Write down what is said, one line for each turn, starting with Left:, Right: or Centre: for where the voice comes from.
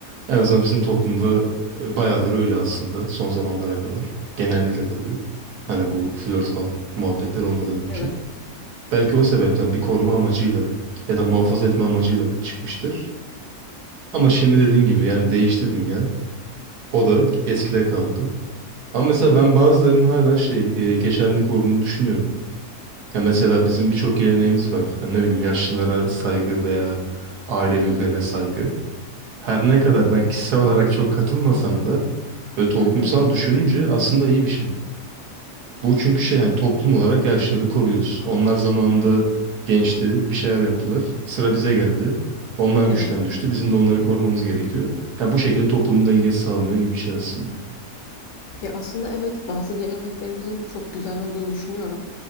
Right: en azından bizim toplumda e, bayağıdır öyle aslında son zamanlara kadar. Genellikle tabii. Hani bu flört falan muhabbetler olmadan önce.
Left: Evet.
Right: Belki o sebepten bir koruma amacıyla ya da muhafaza etme amacıyla çıkmıştır. Ama şimdi dediğin gibi yani değişti dünya. O da eskide kaldı. Ama mesela ben bazılarının hala şey e, geçerliliğini koruduğunu düşünüyorum. Ya mesela bizim birçok geleneğimiz var. Hani ne bileyim yaşlılara saygı veya aile büyüklerine saygı. Her ne kadar ben kişisel olarak çok katılmasam da ve toplumsal
Left: Hı hı.
Right: düşününce aslında iyi bir şey. Bu çünkü şey yani toplum olarak yaşlıları koruyoruz. Onlar zamanında gençti, bir şeyler yaptılar. Sıra bize geldi. Onlar
Left: Evet.
Right: güçten düştü. Bizim de onları korumamız gerekiyor. Ya bu şekilde toplumun dengesi sağlanıyor gibi bir şey aslında.
Left: Ya aslında evet bazı geleneklerimizin çok güzel olduğunu düşünüyorum.